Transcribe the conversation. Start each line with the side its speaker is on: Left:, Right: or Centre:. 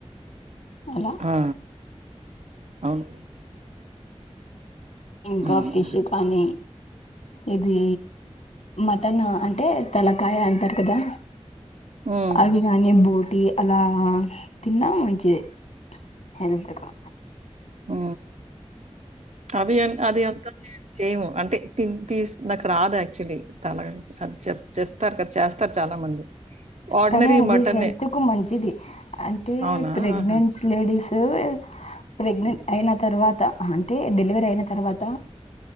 Left: అలా
Right: ఆ! అవును
Left: ఇంకా
Right: హ్మ్.
Left: ఫిషు
Right: హ్మ్.
Left: కానీ ఇది మ టను అంటే తలకాయ అంటారు కదా
Right: హ్మ్.
Left: అవి గాని బూట్ టి అలాగా తిన్నా మంచిదె హెల్తుకు
Right: ఊ అది ఎం అది ఎంత కి చేము అంటే తిన్ తీస్ నాకి రాదు యాక్చువల్లీ తల అది చె చెప్తారు క చేస్తారు చాలా మంది ఆర్డినరీ
Left: కానీ అది
Right: మటనే.
Left: హెల్త్ కు మంచిది అంటే
Right: అవునా?
Left: ప్రెగ్నెంట్స్
Right: ఆహా!
Left: లేడీస్ టు ప్రెగ్నెంట్
Right: హ్మ్.
Left: అయిన తర్వాత అంటే డెలివరీ అయిన తర్వాత